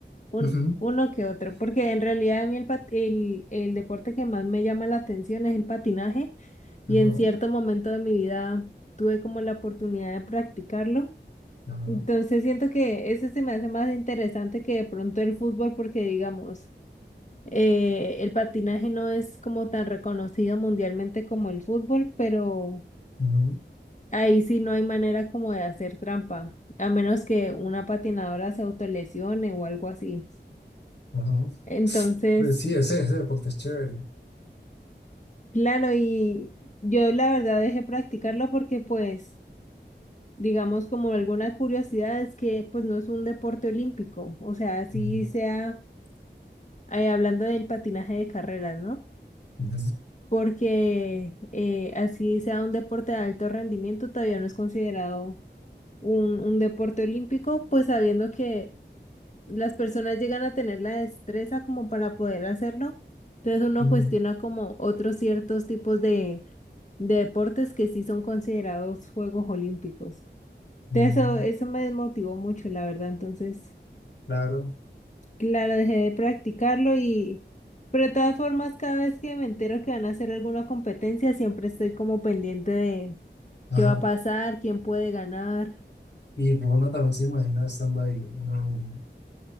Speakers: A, on the left; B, on the left.
A: un
B: Ujú.
A: uno que otro, porque en realidad a mí el, pat- el el deporte que más me llama la atención es el patinaje
B: Ajá,
A: y en cierto momento de mi vida tuve como la oportunidad de practicarlo.
B: ajá,
A: Entonces siento que ese se me hace más interesante que de pronto el fútbol porque digamos, eh, el patinaje no es como tan reconocido mundialmente como el fútbol, pero
B: ujú,
A: ahí sí no hay manera como de hacer trampa, a menos que una patinadora se autolesione o algo así.
B: ajá.
A: Entonces,
B: Pues sí, ese, ese deporte es chévere.
A: claro, y yo la verdad dejé practicarlo porque pues... Digamos como alguna curiosidad es que pues no es un deporte olímpico, o sea, así
B: Ujú,
A: sea eh, hablando del patinaje de carreras, ¿no?
B: ujú,
A: Porque eh, así sea un deporte de alto rendimiento, todavía no es considerado un, un deporte olímpico, pues sabiendo que las personas llegan a tener la destreza como para poder hacerlo. Entonces uno
B: ujú,
A: cuestiona como otros ciertos tipos de, de deportes que sí son considerados Juegos Olímpicos.
B: ujú,
A: Entonces, Eso, eso me desmotivó mucho, la verdad. Entonces...
B: Claro,
A: Claro, dejé de practicarlo y, pero de todas formas, cada vez que me entero que van a hacer alguna competencia, siempre estoy como pendiente de
B: ajá.
A: qué va a pasar, quién puede ganar.
B: Y pues, uno también se imagina estando ahí. uno- uno-